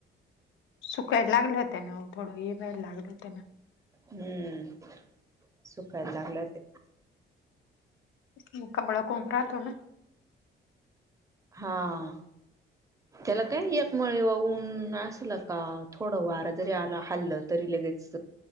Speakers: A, on the left (about 75°); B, on the right (about 15°).
A: सुकायला लागले होत ना थडं ए वर लागलोत ना.
B: हम्म सुख एकगलात.
A: मुकावळ कोम राहतो ना.
B: हा. त्याला काय एकमळे वाऊन असल का थोडं वार जरी आला हल्लं तरी लगेच.